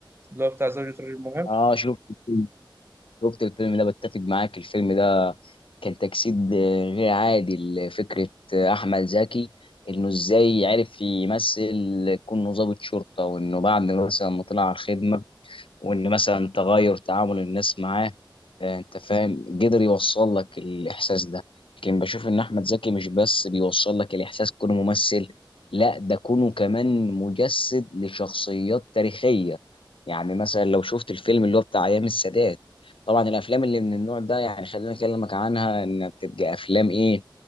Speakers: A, on the right; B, on the left.
A: اللي هو بتاع زوجة رجل مهم؟
B: آه شفت الفيلم- شفت الفيلم ده بتفق معاك الفيلم ده كان تجسيد آه، غير عادي لفكرة آه، أحمد زكي إنه إزاي عرف يمثل كونه ضابط شرطة وإنه بعد مثلا ما طلع على الخدمة وان مثلا تغير تعامل الناس معاه آه، انت فاهم قدر يوصل لك الاحساس ده لكن بشوف ان احمد زكي مش بس بيوصل لك الاحساس كونه ممثل لا ده كونه كمان مجسد لشخصيات تاريخية يعني مثلا لو شفت الفيلم اللي هو بتاع ايام السادات طبعا الافلام اللي من النوع ده يعني خلينا اكلمك عنها ان بتبقى افلام ايه